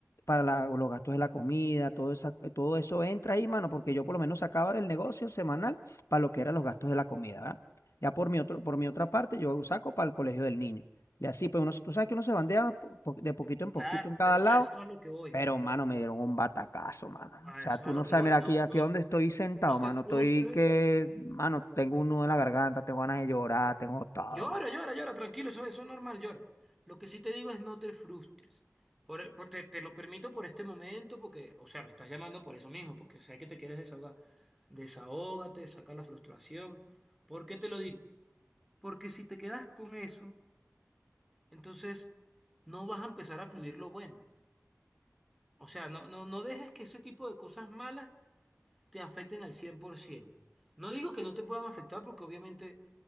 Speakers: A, on the left (about 70°); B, in the centre.
A: para la- los gastos de la comida, todo, esa- eh, todo eso entra ahí, mano, porque yo por lo menos sacaba del negocio semanal para lo que eran los gastos de la comida, ¿verdad? Ya por mi otro, por mi otra parte, yo saco para el colegio del niño. Y así, pues uno, tú sabes que uno se bandea po- po- de poquito en poquito
B: Claro,
A: en cada
B: pero
A: lado
B: a eso es a lo que voy.
A: pero, mano, me dieron un batacazo, mano.
B: A
A: O sea,
B: eso
A: tú
B: es a lo
A: no
B: que
A: sabes,
B: voy,
A: mira,
B: no,
A: aquí, aquí
B: no,
A: donde estoy sentado,
B: no
A: mano,
B: te frustres.
A: estoy que, mano, tengo un nudo en la garganta, tengo ganas de llorar, tengo todo,
B: Llora,
A: mano.
B: llora, llora, tranquilo, eso, eso es normal, llora. Lo que sí te digo es no te frustres. Por, por- te, te lo permito por este momento, porque, o sea, me estás llamando por eso mismo, porque sé que te quieres desahogar. Desahógate, saca la frustración. ¿Por qué te lo digo? Porque si te quedas con eso, entonces no vas a empezar a fluir lo bueno. O sea, no, no, no dejes que ese tipo de cosas malas te afecten al 100%. No digo que no te puedan afectar porque obviamente